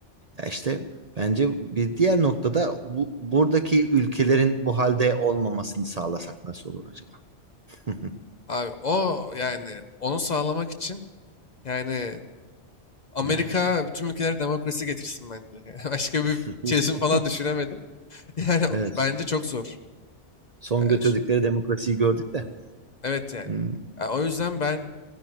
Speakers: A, on the right; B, on the left.
A: Ya işte bence bir diğer noktada bu, buradaki ülkelerin bu halde olmamasını sağlasak nasıl olur acaba? <laughs>
B: Abi o yani onu sağlamak için yani Amerika
A: Ya işte.
B: tüm ülkelere demokrasi getirsin bence. <laughs> Yani başka bir
A: <laughs>
B: çözüm falan düşünemedim. Yani o-
A: Evet.
B: bence çok zor.
A: Son
B: Yani
A: götürdükleri
B: ş-
A: demokrasiyi gördük de.
B: evet yani.
A: Hmm.
B: Yani o yüzden ben